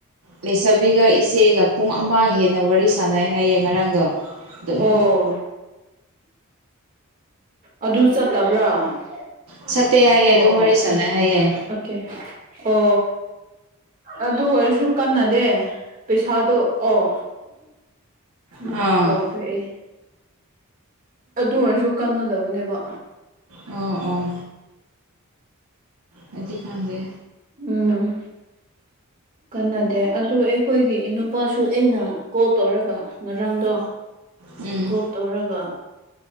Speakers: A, on the right; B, on the right.
A: ꯂꯩꯁꯥꯕꯤꯒ ꯏꯆꯦꯒ ꯄꯨꯡ ꯑꯃ ꯍꯦꯟꯅ ꯋꯥꯔꯤ ꯁꯥꯟꯅꯩ ꯍꯥꯏꯌꯦ ꯉꯔꯥꯡꯗꯣ ꯑꯗꯨꯝ
B: ꯑꯣ ꯑꯗꯨ ꯆꯠꯇꯕ꯭ꯔꯥ ꯑꯣ
A: ꯆꯠꯇꯦ ꯍꯥꯏꯌꯦ
B: ꯑꯣꯀꯦ
A: ꯑꯗꯨꯝ ꯋꯥꯔꯤ ꯁꯥꯟꯅꯩ ꯍꯥꯏꯌꯦ
B: ꯑꯣ ꯑꯗꯨ ꯑꯣꯏꯔꯁꯨ ꯀꯟꯅꯗꯦ ꯄꯩꯁꯥꯗꯣ ꯑꯣ ꯃꯨꯀ
A: ꯑꯥ
B: ꯀꯧꯈ꯭ꯔꯦ ꯑꯗꯨ ꯑꯣꯏꯔꯁꯨ ꯀꯟꯅꯗꯕꯅꯦꯕ
A: ꯑꯣ ꯑꯣ ꯑꯗꯨꯖꯤꯗꯤ ꯈꯥꯟꯒꯤ
B: ꯎꯝ ꯀꯟꯅꯗꯦ ꯑꯗꯣ ꯑꯩꯈꯣꯏꯒꯤ ꯅꯨꯄꯥꯁꯨ ꯑꯩꯅ ꯀꯣꯜ ꯇꯧꯔꯒ ꯉꯔꯥꯡꯗꯣ
A: ꯎꯝ
B: ꯀꯣꯜ ꯇꯧꯔꯒ